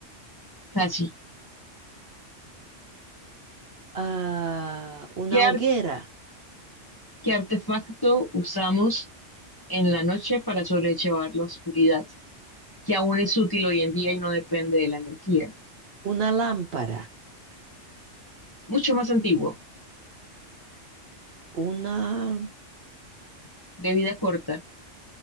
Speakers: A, on the left; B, on the right.
A: Casi.
B: ah, una
A: ¿Qué, ar-
B: hoguera,
A: qué artefacto usamos en la noche para sobrellevar la oscuridad, que aún es útil hoy en día y no depende de la energía?
B: una lámpara,
A: mucho más antiguo,
B: una...
A: de vida corta,